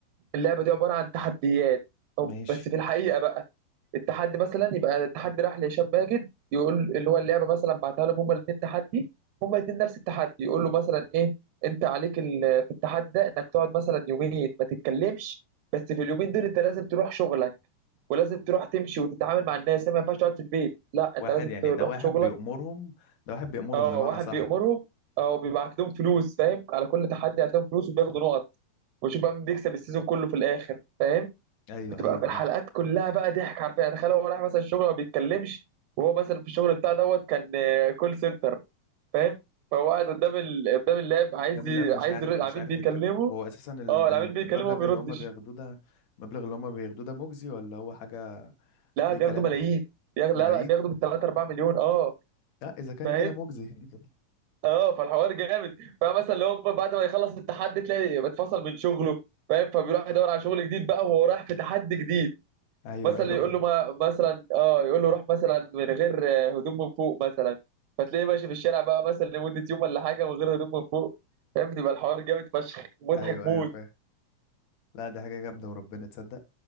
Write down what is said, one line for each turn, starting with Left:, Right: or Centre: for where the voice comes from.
Right: اللعبه دي عباره عن تحديات أو-
Left: ماشي
Right: بس في الحقيقه بقى التحدي مثلا يبقى التحدي راح لهشام ماجد يقول اللي هو اللعبه مثلا بعتها لهم هما الاثنين تحدي هما الاثنين نفس التحدي يقول له مثلا ايه انت عليك ال- في التحدي ده انك تقعد مثلا يومين ما تتكلمش بس في اليومين دول انت لازم تروح شغلك ولازم تروح تمشي وتتعامل مع الناس ما ينفعش تقعد في البيت لا
Left: واحد
Right: انت لازم
Left: يعني
Right: تروح
Left: ده واحد
Right: شغلك
Left: بيأمرهم ده واحد بيأمرهم
Right: اه
Left: بمعنى
Right: واحد
Left: صح
Right: بيأمرهم او بيبعت لهم فلوس فاهم على كل تحدي هتلاقيهم فلوس وبياخدوا نقط وشوف بقى مين بيكسب السيزون كله في الاخر فاهم
Left: ايوه
Right: بتبقى
Left: ايوه
Right: في
Left: فهمت
Right: الحلقات كلها بقى ضحك حرفيا يعني تخيل هو راح مثلا الشغل ما بيتكلمش وهو مثلا في الشغل بتاع دوت كان آه، كول سنتر فاهم فهو قاعد قدام ال... قدام اللاب عايز
Left: ده من
Right: ي...
Left: لاب مش
Right: عايز
Left: عارف
Right: يرد العميل
Left: مش عارف
Right: بيكلمه
Left: الك... طب هو اساسا ال-
Right: اه العميل
Left: ال-
Right: بيكلمه
Left: المبلغ
Right: ما بيردش
Left: اللي هم بياخدوه ده المبلغ اللي هم بياخدوه ده مجزي ولا هو حاجه
Right: لا
Left: اي
Right: بياخدوا
Left: كلام
Right: ملايين بياخ... لا
Left: ملايين
Right: لا بياخدوا ب 3 4 مليون اه
Left: لا اذا كان
Right: فاهم
Left: كده مجزي <laughs>
Right: اه فالحوار جامد فمثلا اللي هو بعد ما يخلص التحدي تلاقي اتفصل من شغله فاهم فبيروح يدور على شغل جديد بقى وهو رايح في تحدي جديد
Left: ايوه
Right: مثلا
Left: ايوه
Right: يقول
Left: فاهم
Right: له ما مثلا اه يقول له روح مثلا من غير آه، هدوم من فوق مثلا فتلاقيه ماشي في الشارع بقى مثلا لمدة يوم ولا حاجة من غير هدوم من فوق فاهم بتبقى الحوار جامد فشخ مضحك
Left: ايوه
Right: موت
Left: ايوه فاهم لا دي حاجة جامدة وربنا تصدق